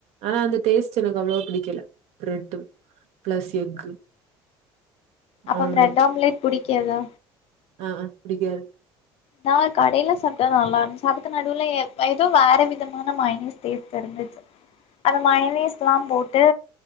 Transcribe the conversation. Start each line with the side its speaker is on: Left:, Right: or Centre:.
Right: ஆனா அந்த டேஸ்ட் எனக்கு அவ்ளோ பிடிக்கல பிரெட்டு பிளஸ் எக்கு
Left: அப்ப
Right: ஆம்லெட்
Left: பிரொட் ஆம்லோட் பிடி கதா
Right: ஆ பிடிக்காது
Left: நா கடையில சாப்டே நல்லா இருந்துச்சு அதுக்கு நடுவுல ஏதுவும் வேற விதமான மைனீஸ் டோஸ்ட் தெரிஞ்சச்சு அந்த மைனீஸ் எல்லாம் போட்டு